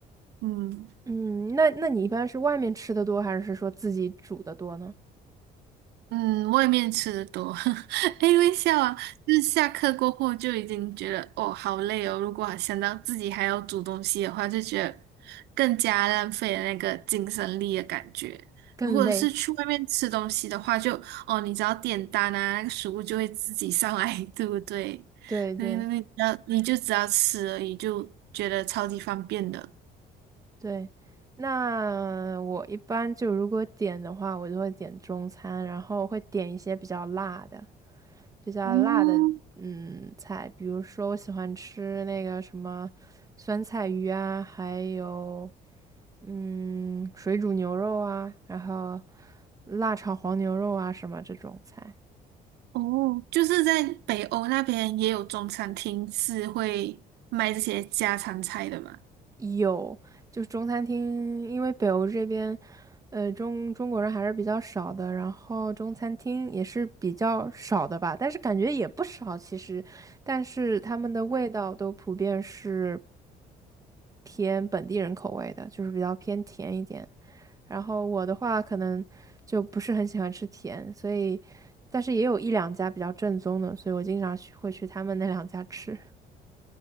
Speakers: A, on the right (about 80°); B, on the right (about 20°).
A: 嗯。
B: 嗯，那那你一般是外面吃的多，还是说自己煮的多呢？
A: 嗯，外面吃的多，<laughs> 哎，微笑啊，就是下课过后就已经觉得哦好累哦，如果还想到自己还要煮东西的话，就觉得更加浪费了那个精神力的感觉。
B: 更累。
A: 如果是去外面吃东西的话就，哦，你只要点单啊，那个食物就会自己上来，<laughs> 对不对？
B: 对对
A: 那那那你只要你就只要吃而已，就觉得超级方便的。
B: 对，那我一般就如果点的话，我就会点中餐，然后会点一些比较辣的、比较辣的嗯菜，
A: 嗯。
B: 比如说我喜欢吃那个什么酸菜鱼啊，还有嗯水煮牛肉啊，然后辣炒黄牛肉啊什么这种菜。
A: 哦，就是在北欧那边也有中餐厅是会卖这些家常菜的嘛。
B: 有，就是中餐厅，因为北欧这边，呃，中中国人还是比较少的，然后中餐厅也是比较少的吧，但是感觉也不少其实，但是他们的味道都普遍是偏本地人口味的，就是比较偏甜一点。然后我的话可能就不是很喜欢吃甜，所以，但是也有一两家比较正宗的，所以我经常去会去他们那两家吃。<laughs>